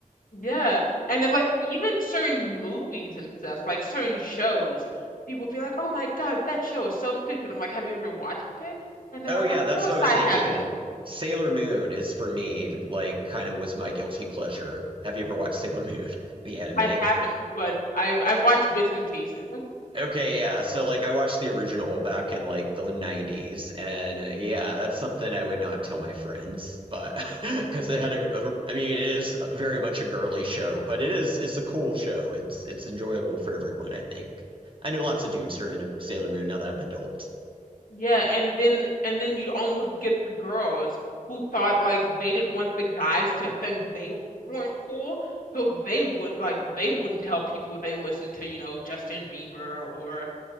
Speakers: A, on the left (about 85°); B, on the right (about 40°).
A: yeah, and then like even certain movies and stuff, like certain shows, people be like, oh my God, that show is so stupid. I'm like, have you ever watched it? And they're
B: Oh
A: like,
B: yeah,
A: of
B: that's
A: course
B: what I was
A: I
B: thinking.
A: haven't.
B: Sailor Moon is for me like kind of was my guilty pleasure. Have you ever watched Sailor Moon, <laughs> the anime?
A: I haven't, but I've I've watched bits and pieces.
B: Okay, yeah. So like I watched the original back in like the 90s and uh, yeah, that's something I would not tell my friends, but <laughs> because it had a, a I mean it is very much a girly show, but it is it's a cool show. It's it's enjoyable for everyone, I think. I know lots of dudes who are into Sailor Moon now that I'm an adult.
A: Yeah, and then and then you'd almost get the girls who thought like they didn't want the guys to think they weren't cool, so they would like they wouldn't tell people they listened to, you know, Justin Bieber or